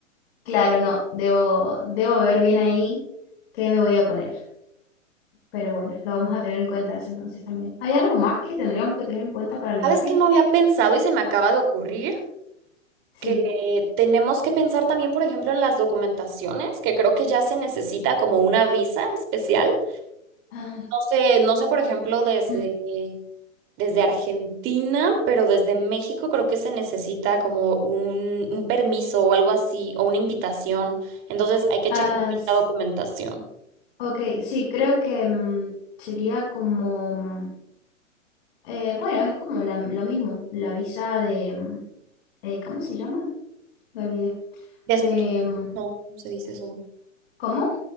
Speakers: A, on the left; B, on the right.
A: claro, no. Debo, debo ver bien ahí qué me voy a poner. Pero bueno, lo vamos a tener en cuenta eso entonces también. ¿Hay algo más que tendríamos que tener en cuenta para el viaje?
B: ¿Sabes qué no había pensado y se me acaba de ocurrir?
A: Sí.
B: que tenemos que pensar también, por ejemplo, en las documentaciones, que creo que ya se necesita como una visa especial.
A: Ah,
B: No sé, no sé, por ejemplo, desde,
A: <clears throat>
B: desde Argentina, pero desde México creo que se necesita como un, un permiso o algo así, o una invitación. Entonces hay que
A: ah,
B: checar
A: s-
B: la documentación.
A: ok, sí, creo que mm, sería como... mm, eh, bueno, es como la- lo mismo, la visa de... mm, eh, ¿cómo se llama? Me olvidé.
B: De
A: De...
B: estu-
A: mm,
B: no, ¿cómo se dice eso?
A: ¿Cómo?